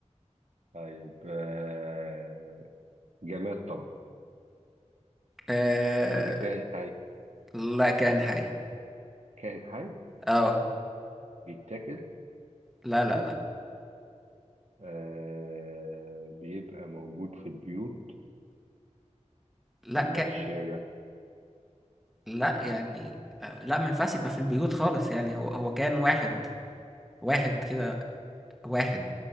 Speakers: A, on the right; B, in the centre.
A: طيب آه، جماد طبعا
B: آه
A: ولا كائن حي
B: لا كان حي
A: كائن حي
B: اه
A: بيتاكل
B: لا لا لا
A: آه، بيبقى موجود في البيوت
B: لا
A: ولا
B: ك...
A: في الشارع
B: لا يعني آه لا ما ينفعش يبقى في البيوت خالص يعني هو هو كان واحد واحد كده واحد